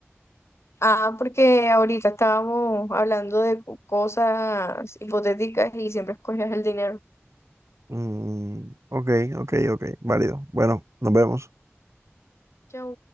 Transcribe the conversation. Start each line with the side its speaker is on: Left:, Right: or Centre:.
Left: Ah, porque ahorita estábamos hablando de cosas hipotéticas y siempre escogías el dinero.
Right: Mm, ok, ok, ok, válido. Bueno, nos vemos.
Left: Chau.